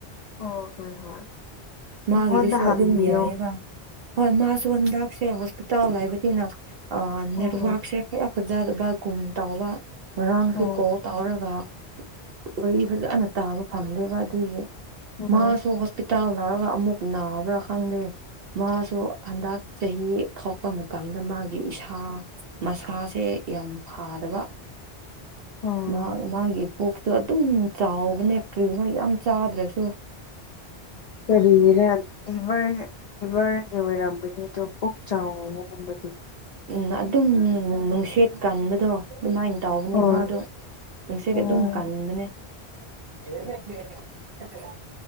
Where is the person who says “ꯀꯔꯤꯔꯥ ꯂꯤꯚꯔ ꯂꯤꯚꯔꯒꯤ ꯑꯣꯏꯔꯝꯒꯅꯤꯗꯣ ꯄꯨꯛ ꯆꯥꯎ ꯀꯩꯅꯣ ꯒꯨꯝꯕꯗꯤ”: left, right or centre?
Left